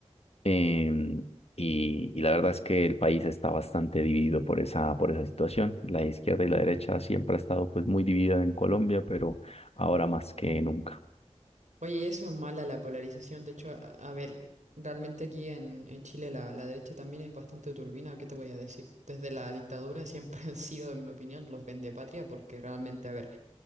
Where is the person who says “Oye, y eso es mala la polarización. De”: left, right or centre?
Right